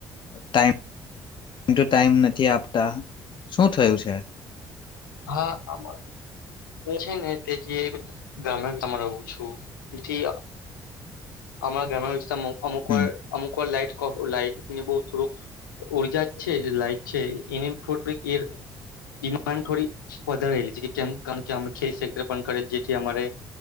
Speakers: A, on the left (about 50°); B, on the left (about 85°).
A: ટાઈમ ટાઈમ ટુ ટાઈમ નથી આપતા શું થયું છે
B: હા આમાં એ છે ને તે જે ગામડા ગામ રહું છું તેથી અમાણા ઘણા વિસ્માં અમુક
A: હમ
B: વાર અમુક વાર લાઈટ લાઈટની બ થોડક ઉર્જા છે લાઈટ છે એની થોડીક એ ડિમાન્ડ થોડી વધારેલી છે કારણ કે અ ખેક પણ કરે જેથી અમારે